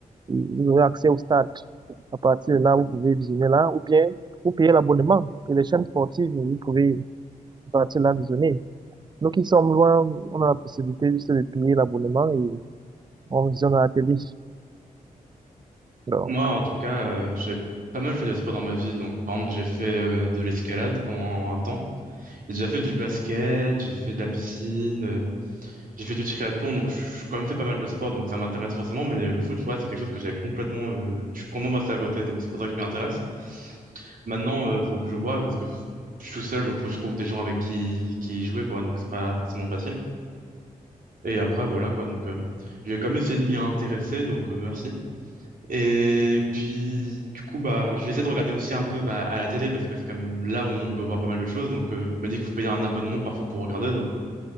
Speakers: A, on the right; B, on the right.
A: Et Vous aurez accès au stade. À partir de là, vous pouvez visionner là, ou bien, vous payez l'abonnement. Et les chaînes sportives, vous pouvez à partir de là visionner. donc ils sont loin, on a la possibilité juste de payer l'abonnement et on visionne la télé. Donc,
B: Moi, en tout cas, euh, j'ai pas mal fait de sport dans ma vie. Donc, par exemple, j'ai fait euh, de l'escalade pendant un temps. J'ai déjà fait du basket, j'ai fait de la piscine. euh, J'ai fait du triathlon, donc je j'ai quand même fait pas mal de sport, donc ça m'intéresse forcément, mais le foot, ouais, c'est quelque chose que j'avais complètement... euh, je suis complètement passé à côté, donc c'est pour ça que je m'y intéresse. Maintenant, euh, faut que je vois, parce que je suis tout seul, donc faut que je trouve des gens avec qui, qui y jouer, quoi, donc c'est pas forcément facile. Et après, voilà, quoi, donc euh, j'ai quand même essayé de m'y intéresser, donc euh, merci. Et puis, du coup, bah, je vais essayer de regarder aussi un peu bah, à la télé, parce que c'est quand même là où on peut voir pas mal de choses, donc euh, je me dis qu'il faut payer un abonnement parfois pour regarder, donc... euh,